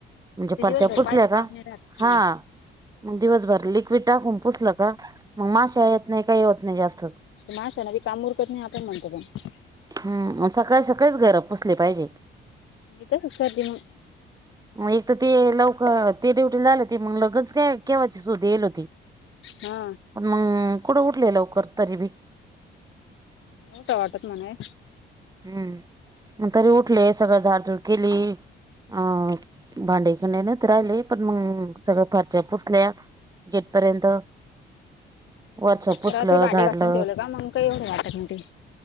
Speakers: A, on the right; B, on the left.
A: म्हणजे
B: ते
A: फरच्या
B: दिवसभर
A: पुसल्या
B: पाहायचं
A: का,
B: काम नाही राहत
A: हा मग दिवसभर लिक्विड टाकून पुसलं का, मग माशा येत नाही काय होत नाही जास्त
B: त्या माशा न बी काम उरकत नाही. आपण म्हणतो पण
A: हम सकाळी सकाळीच घर पुसले पाहिजे.
B: मी तसंच करते मग
A: मग एक तर ते लवकर ते ड्युटी झाले, त मग लगनच केव्हाची सुधा येल होती.
B: हा
A: पण मग कुठं उठले लवकर तरी बी
B: नि उठाव वाटत मने
A: हम्म मग तरी उठले सगळं झाड तुड केली, अ भांडे त राहिले पण मग सगळ फारशा पुसल्या गेटपर्यंत वरच पुसलं
B: रात्री भांडी
A: झाडलं
B: घासून ठेवलं का मग का, <inaudible>